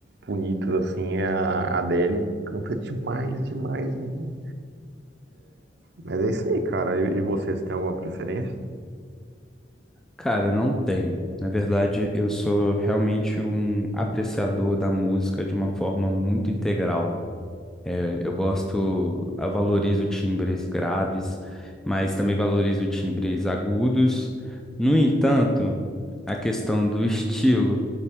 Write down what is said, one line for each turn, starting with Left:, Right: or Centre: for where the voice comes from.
Right: bonitas, assim, é a Adele. Canta demais, demais, demais. Mas é isso aí, cara. E, e você, você tem alguma preferência?
Centre: Cara, não tenho. Na verdade, eu sou realmente um apreciador da música de uma forma muito integral. É, Eu gosto, eu valorizo timbres graves, mas também valorizo timbres agudos. No entanto, a questão do estilo.